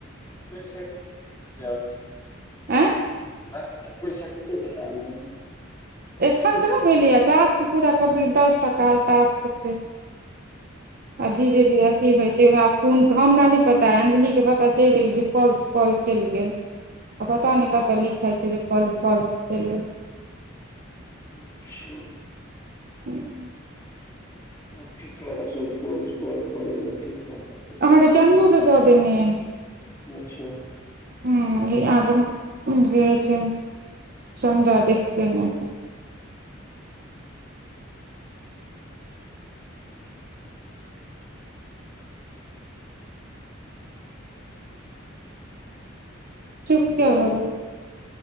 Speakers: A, on the left (about 15°); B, on the right (about 50°).
A: <unintelligible>
B: आँय
A: आ तऽ पैसा कतेक बला एै
B: एखन कहाँ भेलियै टास्क पूरा कमप्लिट दस टा टास्क छै अभि दी अथी होय ओहिमे आब कोन हमरा नहि पता अय अजंलिके पता चलि गेल जे फल्स कौल चलि गेल आ पता नहि कत लिखाय छै जे कौव फल्स चलि
A: <unintelligible>
B: <unintelligible>
A: आब की फ़ल्स फोन कॉल कल क कॉल रख
B: अहाँके चंदू के कऽ देेनि
A: अच्छा
B: अहाँ कऽ बीच चन्दा देखते नहि चुप
A: हेलो।
B: किया भऽ गेल